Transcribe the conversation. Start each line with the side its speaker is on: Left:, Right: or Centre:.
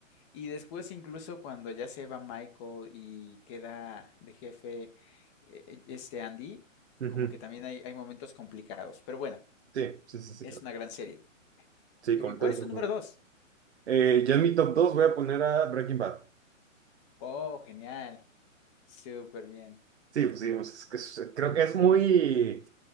Left: Y después incluso cuando ya se va Michael y queda de jefe eh, este Andy,
Right: Ujú.
Left: como que también hay, hay momentos complicados. Pero bueno,
Right: Sí, sí, sí, sí.
Left: es una gran serie.
Right: Sí,
Left: Muy
Right: completamente
Left: bien, ¿cuál es tu
Right: de
Left: número
Right: acuerdo.
Left: dos?
Right: Eh, yo en mi top 2 voy a poner a Breaking Bad.
Left: Oh, genial. Súper bien.
Right: Sí, pues sí, pues, es que es- creo que es muy